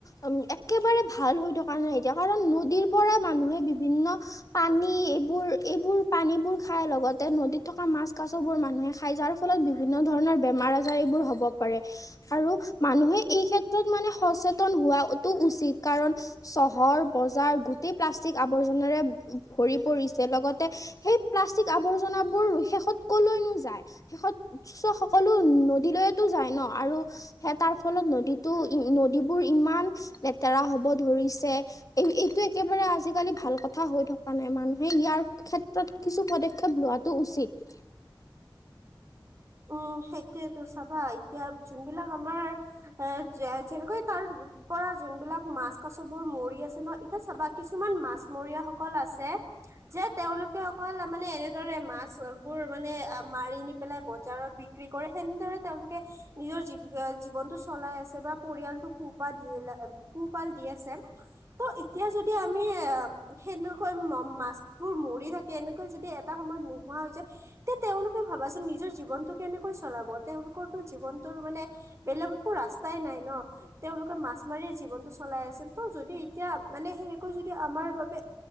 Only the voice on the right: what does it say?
উম সেইটোয়েতো চাবা এতিয়া যোনবিলাক আমাৰ এ যে যেনেকৈ তাৰ পৰা যোনবিলাক মাছ, কাছবোৰ মৰি আছে ন এতিয়া চাবা কিছুমান মাছমৰীয়াসকল আছে যে তেওঁলোকে অকল মানে এনেদৰে মাছবোৰ মানে মাৰি নি পেলাই বজাৰত বিক্ৰী কৰে সেনেদৰে তেওঁলোকে নিজৰ জীৱ জীৱনটো চলাই আছে বা পৰিয়ালটোক পোহ পা দিলে পোহপাল দি আছে। ত এতিয়া যদি আমি সেনেকৈ মাছবোৰ মৰি থাকে। তেনেকৈ যদি এটা সময়ত নোহোৱা হৈ যায় তেতিয়া তেওঁলোকে ভাবাচোন নিজ নিজৰ জীৱনটো কেনেকৈ চলাব তেওঁলোকৰতো জীৱনটোৰ মানে বেলেগ একো ৰাস্তাই নাই ন তেওঁলোকে মাছ মাৰিয়ে জীৱনটো চলাই আছিল ত যদি এতিয়া মানে সেনেকৈ যদি আমাৰ বাবে